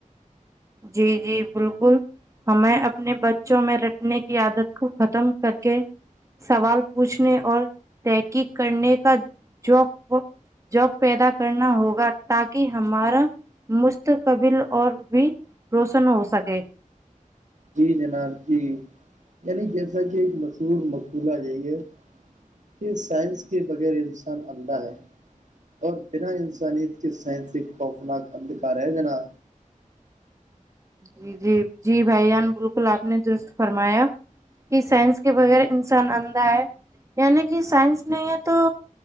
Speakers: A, on the right (about 20°); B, on the right (about 60°).
A: جی جی بالکل ہمیں اپنے بچوں میں رٹنے کی عادت کو ختم کر کے سوال پوچھنے اور تحقیق کرنے کا جو جاب پیدا کرنا ہوگا تاکہ ہمارا مستقبل اور بھی روشن ہو سکے
B: جی جناب جی یعنی جیسا کہ ایک مشہور مقبولہ یہی ہے کہ سائنس کے بغیر انسان عدا ہے اور بنا انسانیت کے سائنسی خوفناک اندھکا رہ جنا
A: جی جی جی بھائی جان بالکل آپ نے درست فرمایا کہ سائنس کے بغیر انسان اندھا آ ہے یعنی کہ سائنس نہیں ہے تو